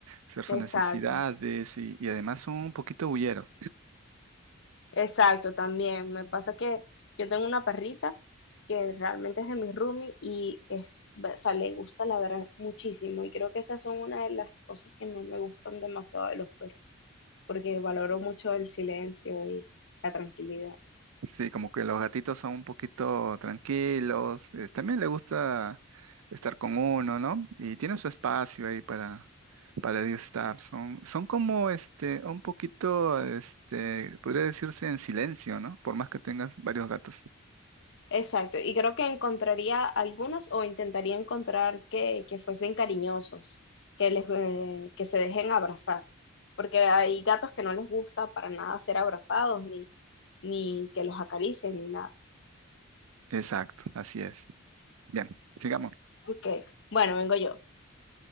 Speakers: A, on the right; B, on the left.
A: Hacer sus
B: Exacto,
A: necesidades y, y además son un poquito bulleros.
B: exacto, también. Me pasa que yo tengo una perrita que realmente es de mi roomie y es, o sea, le gusta ladrar muchísimo y creo que esas son una de las cosas que no me gustan demasiado de los perros, porque valoro mucho el silencio y la tranquilidad.
A: Sí, como que los gatitos son un poquito tranquilos, eh, también le gusta estar con uno, ¿no? Y tienen su espacio ahí para, para ellos estar. Son, son como este, un poquito, este, podría decirse en silencio, ¿no? Por más que tengas varios gatos.
B: Exacto, y creo que encontraría algunos o intentaría encontrar que, que fuesen cariñosos, que, les, eh, que se dejen abrazar, porque hay gatos que no les gusta para nada ser abrazados, ni, ni que los acaricien, ni nada.
A: Exacto, así es. Bien, sigamos.
B: Ok, bueno, vengo yo.